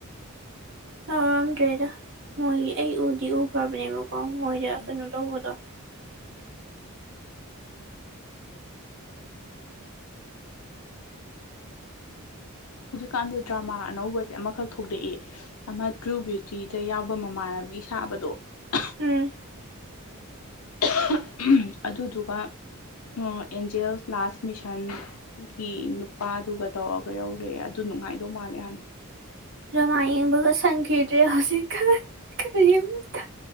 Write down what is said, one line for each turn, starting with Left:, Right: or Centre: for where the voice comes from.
Right: ꯌꯥꯥꯎꯔꯝꯗ꯭ꯔꯦꯗ ꯃꯣꯏꯒꯤ ꯑꯩ ꯎꯗꯤ ꯎꯈ꯭ꯔꯕꯅꯦꯕ ꯀꯣ ꯃꯣꯏꯗ
Left: ꯎꯝ
Right: ꯀꯩꯅꯣ ꯇꯧꯕꯗꯣ
Left: <inaudible> ꯍꯧꯖꯤꯛꯀꯥꯟꯗꯤ ꯗ꯭ꯔꯃꯥ ꯑꯅꯧꯕꯁꯦ ꯑꯃꯈꯛ ꯊꯣꯛꯂꯛꯑꯦ ꯑꯃ ꯇ꯭ꯔꯨ ꯕ꯭ꯌꯨꯇꯤꯗ ꯌꯥꯎꯕ ꯃꯃꯥꯟ ꯁꯥꯕꯗꯣ <unintelligible>
Right: ꯎꯝ
Left: <unintelligible> ꯑꯗꯨꯗꯨꯒ ꯑꯦꯟꯖꯦꯜꯁ ꯂꯥꯁ ꯃꯤꯁꯟꯒꯤ ꯅꯨꯄꯥꯗꯨꯒ ꯇꯧꯔꯒ ꯌꯧꯔꯦ ꯑꯗꯨ ꯅꯨꯡꯉꯥꯏꯗꯧ ꯃꯥꯜꯂꯦ ꯌꯥꯝꯅ
Right: ꯗꯔ꯭ꯃꯥ ꯌꯦꯡꯕꯒꯥ ꯁꯪꯈꯤꯗꯔꯦ ꯍꯧꯖꯤꯛꯀꯟ ꯀꯔꯤꯝꯇ